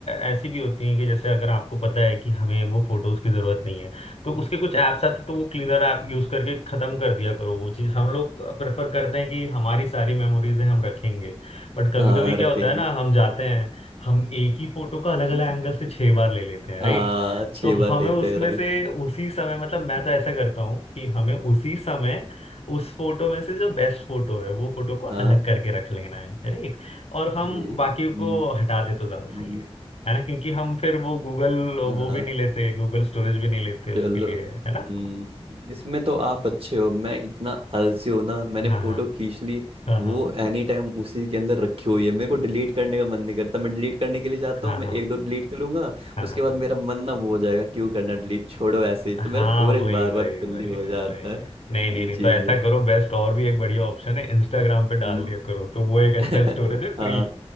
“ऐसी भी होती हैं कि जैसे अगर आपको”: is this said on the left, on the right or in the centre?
Left